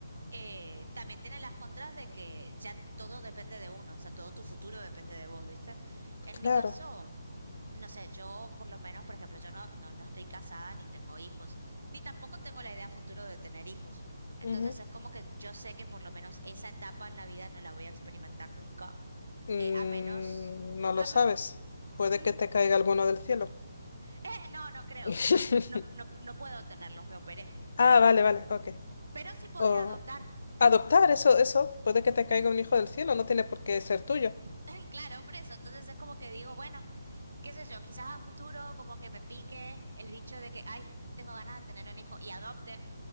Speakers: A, on the right; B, on the left.
A: eh, también tiene las contras de que ya todo depende de uno, o sea, todo tu futuro depende de vos, ¿viste? En
B: claro.
A: mi caso, no sé, yo por lo menos, por ejemplo, yo no, no, no estoy casada ni tengo hijos, ni tampoco tengo la idea futuro de tener hijos. Entonces
B: Ujú.
A: es como que yo sé que por lo menos esa etapa en la vida no la voy a experimentar nunca,
B: Mm,
A: eh, a menos...
B: no
A: A
B: lo sabes.
A: men-
B: Puede
A: mm,
B: que te caiga alguno del cielo.
A: eh, no, no creo,
B: <laughs>
A: no, no, no, no no puedo tenerlos, me operé.
B: Ah, vale, vale, ok.
A: Pero sí podría
B: O
A: adoptar,
B: adoptar, eso, eso, puede que te caiga un hijo del cielo, no tiene por qué ser tuyo.
A: <laughs> claro, por eso. Entonces es como que digo, bueno. qué sé yo, quizás a futuro como que me pique el bicho de que, ay, tengo ganas de tener un hijo y adopte.